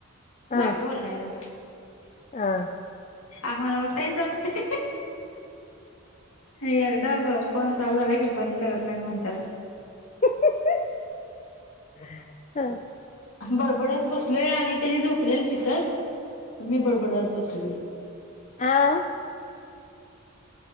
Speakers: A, on the left (about 30°); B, on the left (about 75°).
A: हा
B: लागल वरडायला.
A: <inaudible>
B: आम्हाला उठायचं असते. हे एकदा फोन चालू झाला की बंद करत नाही म्हणतात.
A: ही ही ही.
B: बडबड्त बसलोय आणि त्यांनी झोपलेलं तिथंच तर मी बडबडत बसलोय.
A: आा.